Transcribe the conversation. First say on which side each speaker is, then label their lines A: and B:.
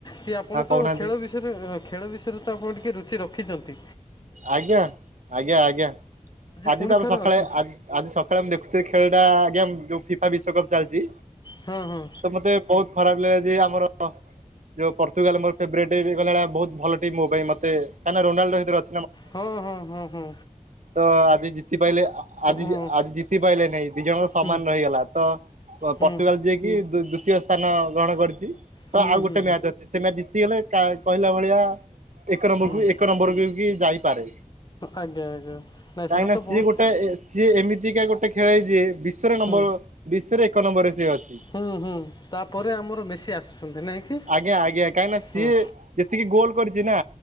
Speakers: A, on the left; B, on the right.
A: କି ଆପଣ
B: ହଁ
A: ତ
B: କହୁନାହାନ୍ତି
A: ଖେଳ ବିଷୟରେ ଖେଳ ବିଷୟରେ ତ ଆପଣ ଟିକେ ରୁଚି ରଖିଚନ୍ତି।
B: ଆଜ୍ଞା ଆଜ୍ଞା ଆଜ୍ଞା। ଆଜି
A: ପୁଣି
B: ତ ଆମେ
A: ଥରେ
B: ସକାଳେ
A: ଅଛି
B: ଆଜି ଆଜି ସକାଳେ ଆମେ ଦେଖୁଥିଲେ ଖେଳଟା ଆଜ୍ଞା ଯୋଉ ଫିଫା ବିଶ୍ୱକପ୍ ଚାଲିଚି
A: ହଁ ହଁ
B: ତ ମୋତେ ବୋହୁତ ଖରାପ ଲାଗିଲା ଯେ ମୋରୋ ଯୋଉ ପର୍ତୁଗାଲ ମୋର ଫେବ୍ରେଟ। <unintelligible> ବହୁତ ଭଲ ଟିମ୍ ମୋ ପାଇଁ ମତେ କାହିଁକିନା ରୋନାଲ୍ଡୋ ହେଇଥିରେ ଅ
A: ହୁଁ ହୁଁ ହୁଁ ହୁଁ।
B: ତ ଆଜି ଜିତି ପାଇଲେ ଆଜି
A: ହଁ
B: ଆଜି ଜିତି ପାଇଲେ ନେଇଁ ଦି ଜଣଙ୍କର ସମାନ
A: ହୁଁ
B: ରହିଗଲା ତ ପ
A: ହୁଁ
B: ପର୍ତୁଗାଲ ଯିଏକି ଦୁ ଦୂତୀୟ ସ୍ଥାନ ନ ଗ୍ରହଣ କରିଛି ତ
A: ହୁଁ
B: ଆଉ
A: ହୁଁ
B: ଗୋଟେ ମ୍ୟାଚ ଅଛି ସେ ମ୍ୟାଚ ଜିତିଗଲେ ତା କହିଲା ଭଳିଆ ଏକ ନମ୍ବରକୁ
A: ହୁଁ ହୁଁ
B: ଏକ ନମ୍ବରକୁ। <unintelligible> ଯାଇପାରେ
A: ଆଜ୍ଞା ଆଜ୍ଞା ନାଇଁ
B: କାହିଁକିନା
A: ସେଇଟା ତ
B: ସିଏ
A: ବହୁତ
B: ଗୋଟାଏ ସିଏ ଏମିତିକା ଗୋଟେ ଖେଳାଳି ଯିଏ ବିଶ୍ୱରେ ନମ୍ବର
A: ହୁଁ
B: ବିଶ୍ୱରେ ଏକ ନମ୍ବରରେ ସିଏ ଅଛି
A: ହୁଁ ହୁଁ ତାପରେ ଆମର ମେସି ଆସୁଛନ୍ତି ନାଇଁ କି
B: ଆଜ୍ଞା ଆଜ୍ଞା କାହିଁକିନା ସିଏ
A: ହୁଁ।
B: ଯେତିକି ଗୋଲ କରିଚି ନା